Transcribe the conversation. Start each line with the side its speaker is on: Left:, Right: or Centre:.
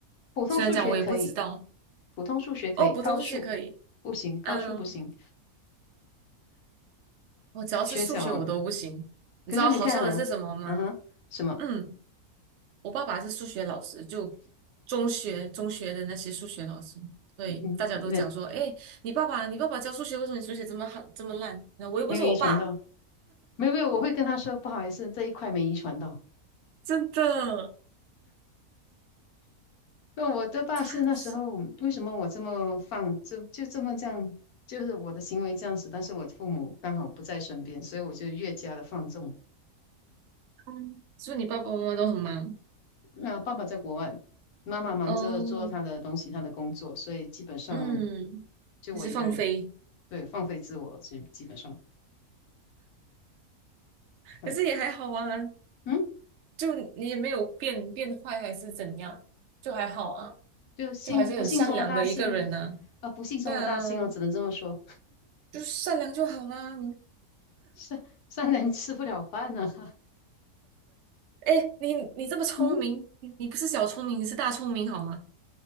Left: 普通数学可以。
Right: 虽然讲我也不知道，
Left: 普通数学可以，
Right: 哦，普通数学可以，
Left: 高数不行，高数不行，
Right: 嗯，我只要是数学我都不行。
Left: 学小啊。
Right: 你知道好笑的是什么吗？
Left: 可是你看啊，嗯哼，什么？
Right: 嗯，我爸爸是数学老师，就中学中学的那些数学老师，所以大家都讲说，
Left: 嗯，那
Right: 哎，你爸爸你爸爸教数学，为什么你数学这么好这么烂？那我又不是我爸，
Left: 没有遗传到，没有没有，我会跟他说不好意思，这一块没遗传到。
Right: 真的。
Left: 那我的爸是那时候为什么我这么放，
Right: 那他是，
Left: 就就这么这样，就是我的行为这样子，但是我父母刚好不在身边，所以我就越加的放纵。
Right: 嗯，是不是你爸爸妈妈都很忙？
Left: 那爸爸在国外，妈妈忙着做她的东西，
Right: 哦，
Left: 她的工作，所以基本上
Right: 嗯，
Left: 就我一个人，
Right: 你是放飞。
Left: 对，放飞自我，基基本上。很
Right: 可是也还好啊，
Left: 嗯，
Right: 就你也没有变变坏还是怎样，就还好啊，
Left: 就幸不幸中的大幸
Right: 就还是很善良的一个人呢、
Left: 啊，不幸中的大幸哦，
Right: 对啊，
Left: 只能这么说。
Right: 就善良就好啦。
Left: 善善良吃不了饭呢、啊
Right: 哎，你你这么聪明，
Left: <laughs> 嗯，
Right: 你你不是小聪明，你是大聪明好吗？